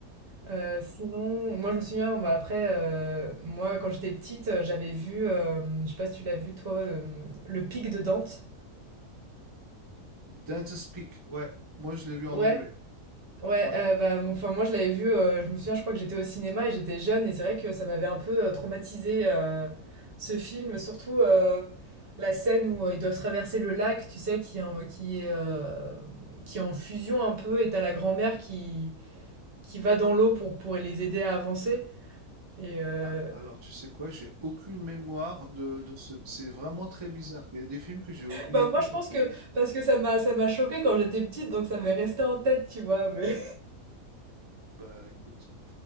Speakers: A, on the right (about 45°); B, on the right (about 30°).
A: Heu, sinon, moi je me souviens, bah, après, heu, moi quand j'étais petite, heu, j'avais vu, hem, je sais pas si tu l'as vu toi, hem, Le Pic de Dante?
B: Dentist Peak, ouais, moi je l'ai vu en
A: Ouais.
B: anglais.
A: Ouais,
B: Ouais.
A: ouais, bah, mon enfin moi je l'avais vu, heu, je me souviens je crois que j'étais au cinéma et j'étais jeune et c'est vrai que ça m'avait un peu, heu, traumatisée, heu, ce film, surtout, heu, la scène où, heu, ils doivent traverser le lac, tu sais, qui est en qui est, heu, qui est en fusion un peu et t'as la grand-mère qui qui va dans l'eau pour pour les aider à avancer et heu
B: A alors tu sais quoi? J'ai aucune mémoire de de ce c'est vraiment très bizarre. Il y a des films que j'ai oubliés
A: Bah, moi,
B: complètement.
A: je pense que parce que ça m'a ça m'a choquée quand j'étais petite, donc ça m'est resté en tête, tu vois, mais
B: Bah, écoute